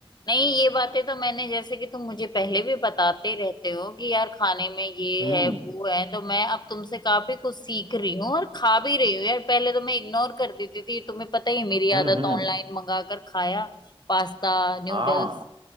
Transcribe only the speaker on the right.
हम्म
हम्म
हम्म
हाँ